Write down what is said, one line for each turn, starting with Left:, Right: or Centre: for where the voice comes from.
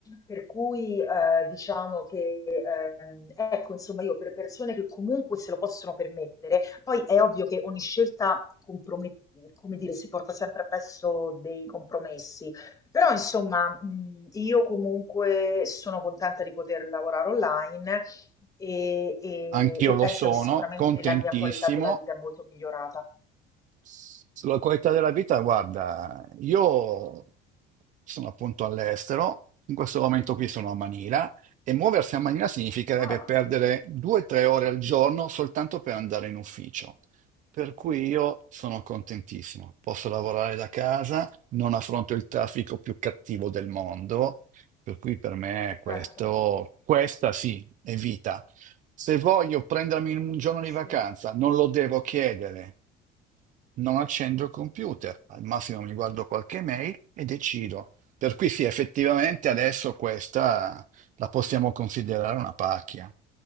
Left: Per cui eh, diciamo che ehm, ecco, insomma, io per persone che comunque se lo possono permettere. Poi è ovvio che ogni scelta comprome- come dire, si porta sempre appresso dei compromessi, però insomma, mh, io comunque sono contenta di poter lavorare online e, e-
Right: Anch'io
Left: e
Right: lo
Left: penso
Right: sono,
Left: che sicuramente
Right: contentissimo,
Left: la mia qualità della vita è molto migliorata.
Right: Sulla qualità della vita, guarda, io sono appunto all'estero, in questo momento qui sono a Manila e muoversi a Manila significherebbe
Left: Ah,
Right: perdere due o tre ore al giorno soltanto per andare in ufficio. Per cui io sono contentissimo, posso lavorare da casa, non affronto il traffico più cattivo del mondo, per cui per me questo,
Left: certo,
Right: questa sì, è vita. Se voglio prendermi un giorno di
Left: sì.
Right: vacanza, non lo devo chiedere non accendo il computer, al massimo mi guardo qualche mail e decido. Per cui sì, effettivamente adesso questa la possiamo considerare una pacchia.